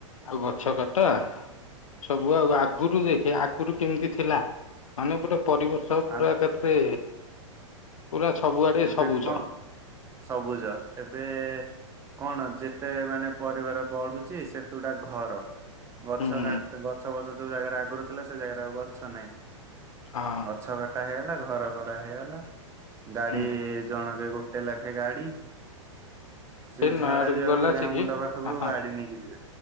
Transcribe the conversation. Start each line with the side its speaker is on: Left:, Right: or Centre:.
Left: ଆଉ ଗଛ କଟା। ସବୁ ଆଉ ଆଗରୁ ଦେଖେ ଆଗରୁ କେମିତି ଥିଲା ମାନେ ପୁରା ପରିବର୍ଷ ପୁରା
Right: ଆଉ
Left: ଏକାଥରେ ପୁରା ସବୁଆଡେ
Right: ଏବେ
Left: ସବୁଜ
Right: କଣ ସବୁଜ ଏବେ-ଏ-ଏ କଣ ଯେତେ ମାନେ ପରିବାର ବଢୁଛି ସେତୁଟା ଘର। ଗଛ
Left: ହୁଁ
Right: କାଟ ଗଛ ବଛ ଯୋଉ ଜାଗାରେ ଆଗରୁ ଥିଲା ସେ ଜାଗାରେ ଆଉ ଗଛ ନାହିଁ।
Left: ହଁ
Right: ଗଛ କଟା ହେଇଗ ହେଲା ଘର କରା ହେଇଗଲା। ଗାଡି
Left: ହୁଁ
Right: ଜଣକେ ଗୋଟେ ଲେଖେ ଗାଡି। ସେ
Left: ନୟାଗଡକୁ
Right: ଝାଡା ଯିବାକୁ
Left: ଗଲା
Right: ଏ
Left: ଆସିକି
Right: ଗାଁ ମୁଣ୍ଡ ପାଖକୁ
Left: ହଁ ହଁ
Right: ଗାଡି ନେଇକି ଯିବେ।